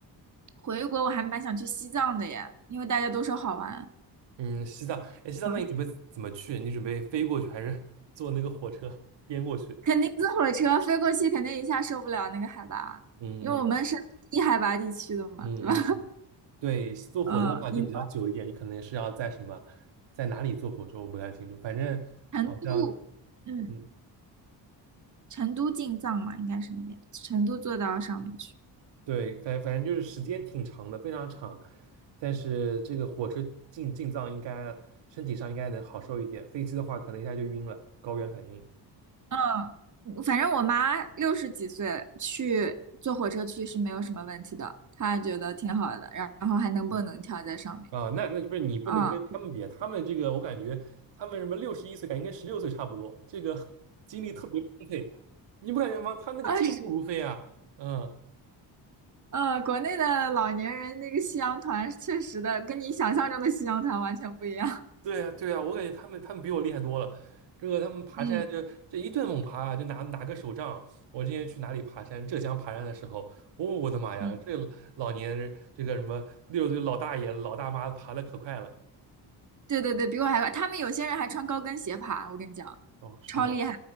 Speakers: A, on the right; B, on the right.
A: 回国我还蛮想去西藏的耶，因为大家都说好玩。
B: 嗯，西藏，哎，西藏，
A: 啊，
B: 那你准备怎么去？你准备飞过去，还是 <laughs> 坐那个火车 <laughs> 颠过去？
A: 肯定坐火车飞过去，肯定一下受不了那个海拔，
B: 嗯嗯
A: 因为我们是低海拔地区的嘛，
B: 嗯嗯嗯对，
A: 对吧？
B: 坐火车的话就比较久一点，
A: 呃，你
B: 你可能是要在什么，在哪里坐火车，我不太清楚。反正好像，
A: 成都，嗯，
B: 嗯，
A: 成都进藏嘛，应该是那边，成都坐到上面去。
B: 对，反反正就是时间挺长的，非常长。但是这个火车进进藏应该身体上应该能好受一点，飞机的话可能一下就晕了，高原反应。
A: 嗯，反正我妈六十几岁去坐火车去是没有什么问题的，她觉得挺好的，然然后还能蹦能跳在上面。
B: 嗯，啊，那那就不是你不能跟他们比，
A: 嗯，啊
B: 他们这个我感觉他们什么六十一岁，感觉跟十六岁差不多，这个 <laughs> 精力特别充沛，你不感觉吗？他那个健步如飞啊，
A: 是，
B: 嗯。
A: 呃，国内的老年人那个夕阳团，确实的跟你想象中的夕阳团完全不一样。
B: 对呀，对呀，我感觉他们他们比我厉害多了。这个他们爬山就这一顿猛爬啊就拿拿个手杖。
A: <laughs> 嗯
B: 我之前去哪里爬山，浙江爬山的时候，哦，我的妈呀，
A: 嗯，
B: 这老年人这个什么六十岁老大爷老大妈爬的可快了。
A: 对对对，比我还快，他们有些人还穿高跟鞋爬，我跟你讲，
B: 哦，是吗？
A: 超厉害。